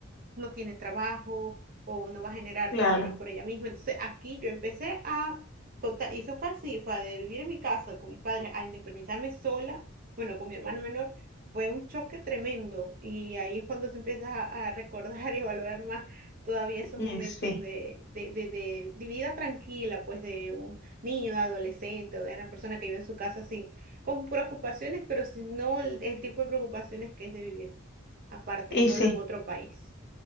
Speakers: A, on the right; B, on the left.
A: no tiene trabajo o no va a generar
B: claro.
A: dinero por ella misma. Entonces aquí yo empecé a, total, y eso fue así, fue de vivir en mi casa con mis padres a independizarme sola, bueno, con mi hermano menor, fue un choque tremendo y ahí es cuando se empieza a, a recordar <laughs> y a valorar más todavía esos
B: Y
A: momentos
B: sí,
A: de, de, de, de, de vida tranquila, pues de un niño, adolescente o de una persona que vive en su casa sin, con preocupaciones, pero si no el el tipo de preocupaciones que es de vivir aparte,
B: y
A: solo
B: sí.
A: en otro país